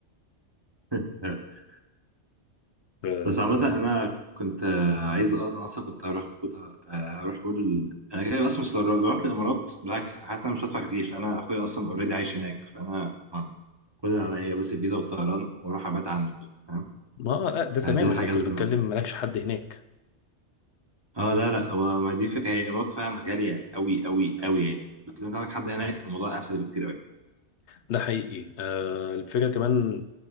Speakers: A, on the right (about 25°); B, on the left (about 75°).
A: <laughs>
B: آه،
A: بس عامة أنا كنت آه، عايز أ- أنا أصلا كنت هروح فوت آه، هروح برضه ال... أنا كده أصلا مش لو لو رحت الإمارات بالعكس حاسس إن أنا مش هدفع كتير أنا أخويا أصلا أوريدي عايش هناك فأنا ما- كل اللي عليا بس الفيزا والطيران وأروح أبات عنده فاهم
B: ما آه، ده تمام
A: آه، دي الحاجة
B: انا كنت
A: اللي
B: بتكلم مالكش حد هناك
A: اه لا لا هو- ما دي فكره هي الامارات فعلا غاليه قوي قوي قوي يعني بس لو انت عندك حد هناك الموضوع اسهل بكتير قوي
B: ده حقيقي آه، الفكرة كمان